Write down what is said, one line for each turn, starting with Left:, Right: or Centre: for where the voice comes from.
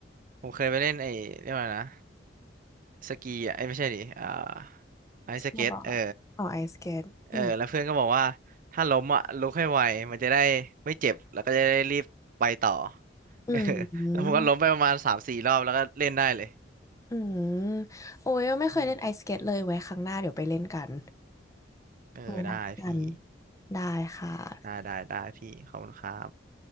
Right: ผมเคยไปเล่นไอ้เรียกว่าอะไรนะ สกีอ่ะเอ้ยไม่ใช่ดิอ่าไอซ์สเก็ตเออ
Left: สโนว์บอร์ดอ๋อไอสเกตอืม
Right: เออแล้วเพื่อนก็บอกว่าถ้าล้มอ่ะลุกให้ไวมันจะได้ไม่เจ็บแล้วก็จะได้รีบไปต่อ <laughs>
Left: อืม
Right: เออแล้วผมก็ล้มไปประมาณสามสี่รอบแล้วก็เล่นได้เลย
Left: อืมโอ้ยไม่เคยเล่นไอสเกตเลยไว้ครั้งหน้าเดี๋ยวไปเล่นกัน
Right: อืมเออได้พี่
Left: เคยนัดกันได้ค่ะ
Right: ได้ได้ได้พี่ขอบคุณครับ